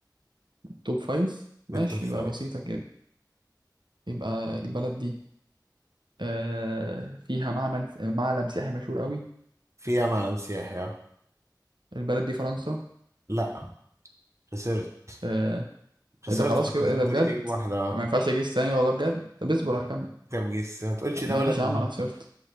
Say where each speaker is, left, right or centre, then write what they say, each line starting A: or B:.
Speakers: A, on the right (about 80°); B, on the right (about 40°).
A: توب فايف
B: من
A: ماشي
B: التوب فايف
A: يبقى بسيطه كده يبقى البلد دي آه، فيها معمل معلم سياحي مشهور قوي
B: فيها معلم سياحي اه
A: البلد دي فرنسا
B: لا خسرت
A: آه،
B: خسرت
A: إيه ده خلاص
B: خلاص
A: كده ايه ده
B: انت
A: بجد
B: ليك إجابة واحدة اه
A: ما ينفعش اجيس تاني والله بجد طب اصبر هكمل
B: طب جيس ما تقولش دولة
A: ماشي
B: غيرهم.
A: يا عم انا خسرت